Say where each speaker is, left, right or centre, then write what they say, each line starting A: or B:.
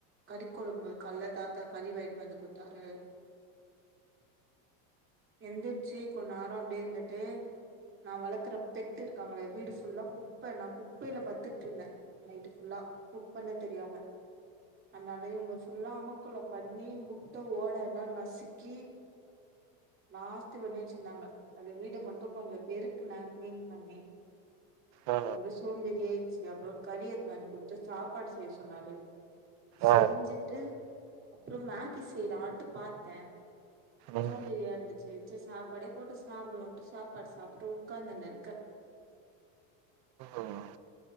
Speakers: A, on the right (about 30°); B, on the right (about 50°).
A: கறி கொழம்பு கல்ல தா தா கறி வாங்கினு வந்து குத்தாரு எந்திச்சி கொன் நேரோ அப்டியே இருந்துட்டு நா வளக்குற பெட் இருக்காங்களே வீடு சு ஃபுல்லா குப்ப நா குப்பையில பத்துட்டு இருந்தே நைட் ஃபுல்லா குப்பன்னே தெரியாம அனால இவங்க ஃபுல்லா அமுக்குள்ள பண்ணி முட்ட ஓட எல்லா நசுக்கி நாஸ்தி பண்ணி வச்சிருந்தாங்க அது வீடு மட்டு கொஞ்சோ பெருக்குன கிளீன் பண்ணி
B: ஆ
A: அப்புற சோம்பேரி ஆயிடுச்சு அப்புறோ கறி எடுத்னானு குடுத்து சாப்பாடு செய்ய சொன்னாரு செஞ்சுட்டு
B: ஆ
A: அப்றோ மேகி செய்லான்ட்டு பாத்த
B: ம்
A: சோம்பேரியா இருந்துச்சு சரி சாப்பாடே போட்டு சாப்டுவோன்ட்டு சாப்பாடு சாப்ட்டு உக்காந்துண்ணு இருக்க
B: ம்